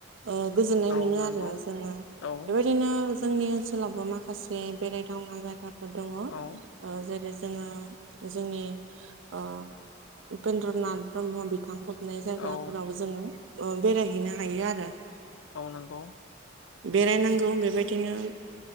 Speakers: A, on the right; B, on the left.
A: ओ गोजोननाय
B: औ
A: मोनो
B: नंगौ
A: आरो जोङो
B: औ
A: बेबायदिनो जोंनि ओनसोलावबो माखासे बेरायथावना जायगाफोर दङ। ओ
B: औ
A: जेरै जोङो जोंनि ओ उपेन्द्र नाथ ब्रह्म बिथांखौ नाय जायगाफोराव
B: औ
A: जोङो बेरायहैनो हायो आरो
B: औ नंगौ
A: बेरायनांगौ बेबायदिनो